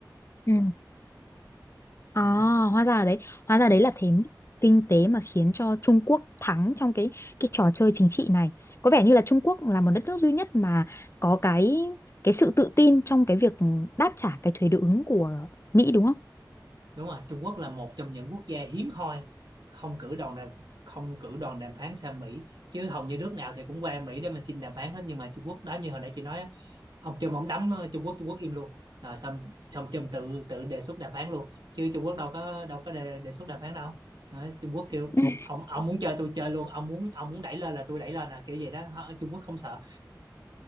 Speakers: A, on the left; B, on the right.
A: ừ.
B: Đó.
A: À, hóa ra đấy, hóa ra đấy là thế mức kinh tế mà khiến cho Trung Quốc thắng trong cái cái trò chơi chính trị này. Có vẻ như là Trung Quốc là một đất nước duy nhất mà có cái cái sự tự tin trong cái việc đáp trả cái thuế đối ứng của Mỹ đúng không?
B: đúng rồi Trung Quốc là một trong những quốc gia hiếm hoi không cử đoàn đàm không cử đoàn đàm phán sang Mỹ chứ hầu như nước nào thì cũng qua Mỹ để mà xin đàm phán hết nhưng mà Trung Quốc đó như hồi nãy chị nói á, ông Trump ông đấm ờ, Trung Quốc Trung Quốc im luôn rồi xong xong Trump tự tự đề xuất đàm phán luôn chứ Trung Quốc đâu có đâu có đề, đề xuất đàm phán đâu đó, Trung Quốc kêu
A: Ừ. Ừ,
B: ông ông muốn chơi tôi chơi luôn ông muốn ông muốn đẩy lên là tôi đẩy lên là kiểu vậy đó Họ- Trung Quốc không sợ